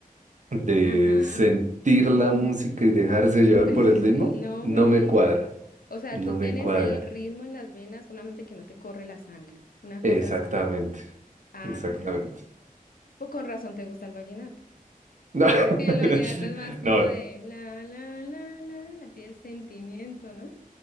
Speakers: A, on the right (about 55°); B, on the left (about 75°).
A: de
B: Ajá.
A: sentir la música y dejarse llevar
B: <laughs>
A: por el ritmo,
B: No
A: no
B: me
A: me
B: digas.
A: cuadra,
B: O sea,
A: no
B: tú
A: me
B: tienes
A: cuadra.
B: el ritmo en las venas, solamente que no te corre la sangre. Una cosa
A: Exactamente,
B: así. Ah,
A: exactamente.
B: pues con razón te gusta el vallenato.
A: <laughs>
B: Porque el vallenato es más como
A: No,
B: de la, la, la, la, así el sentimiento, ¿no?